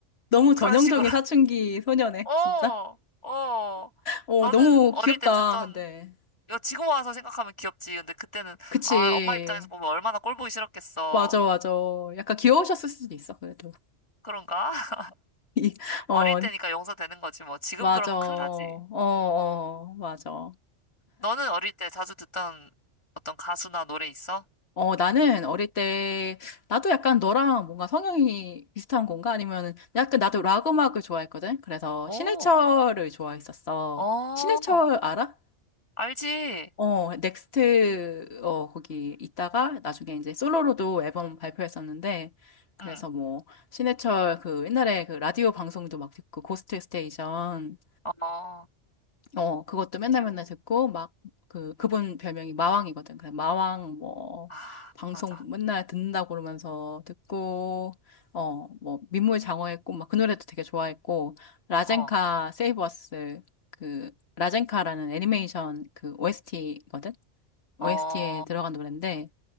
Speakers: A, on the left (about 60°); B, on the left (about 25°).
A: 너무
B: 그런
A: 전형적인
B: 식으로,
A: 사춘기 소녀네,
B: <laughs> 어,
A: 진짜.
B: 어,
A: 어,
B: 너는
A: 너무
B: 어릴
A: 귀엽다,
B: 때 듣던,
A: 근데.
B: 이거 지금 와서 생각하면 귀엽지. 근데 그때는,
A: 그치.
B: 아, 엄마 입장에서 보면 얼마나 꼴보기 싫었겠어.
A: 맞아, 맞아. 약간 귀여우셨을 수도 있어, 그래도. <laughs>
B: 그런가? <laughs>
A: 이, 어,
B: 어릴 때니까 용서되는 거지 뭐. 지금
A: 맞아.
B: 그러면
A: 어,
B: 큰일 나지.
A: 어, 맞아.
B: 너는 어릴 때 자주 듣던 어떤 가수나 노래 있어?
A: 어, 나는 어릴 때, 나도 약간 너랑 뭔가 성향이 비슷한 건가? 아니면, 약간 나도 락 음악을 좋아했거든? 그래서
B: 오,
A: 신해철을 좋아했었어.
B: 어,
A: 신해철 알아?
B: 알지.
A: 어, 넥스트, 어, 거기 있다가 나중에 이제 솔로로도
B: 어,
A: 앨범 발표했었는데, 그래서
B: 응,
A: 뭐, 신해철 그 옛날에 그 라디오 방송도 막 듣고, 고스트 스테이션,
B: 어,
A: 어, 그것도 맨날
B: 라디오.
A: 맨날 듣고, 막, 그, 그분 별명이 마왕이거든. 그래서 마왕 뭐,
B: 아,
A: 방송
B: 맞아.
A: 맨날 듣는다고 그러면서 듣고, 어, 뭐, 민물 장어의 꿈, 막 그 노래도 되게 좋아했고, 라젠카
B: 어,
A: 세이브 어스, 그, 라젠카라는 애니메이션 그 OST거든? OST에
B: 어,
A: 들어간 노래인데